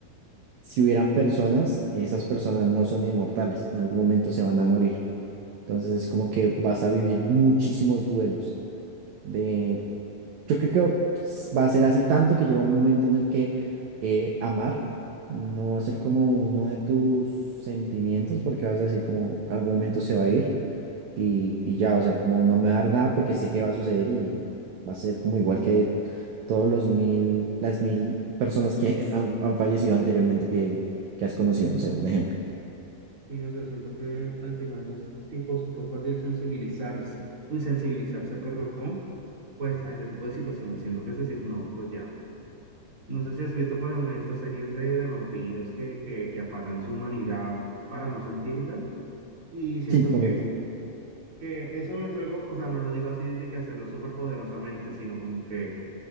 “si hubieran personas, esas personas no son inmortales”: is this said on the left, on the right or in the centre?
Right